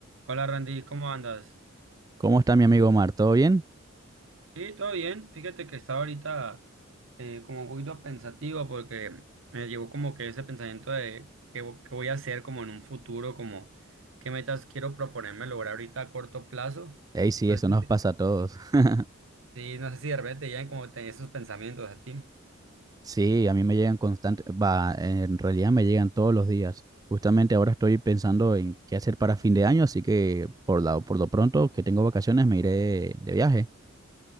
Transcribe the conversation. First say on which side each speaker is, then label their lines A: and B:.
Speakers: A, on the right (about 65°); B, on the right (about 20°).
A: Hola Randy, ¿cómo andas?
B: ¿Cómo está mi amigo Omar? ¿Todo bien?
A: Sí, todo bien. Fíjate que estaba ahorita eh, como un poquito pensativo porque me llegó como que ese pensamiento de qué, vo- qué voy a hacer como en un futuro, como qué metas quiero proponerme lograr ahorita a corto plazo.
B: Ey, sí,
A: No
B: eso
A: sé si,
B: nos
A: te-
B: pasa a todos. <laughs>
A: sí, no sé si de repente te llegan como te- esos pensamientos a ti.
B: Sí, a mí me llegan constante, va, en realidad me llegan todos los días. Justamente ahora estoy pensando en qué hacer para fin de año, así que por la, por lo pronto que tengo vacaciones me iré de viaje.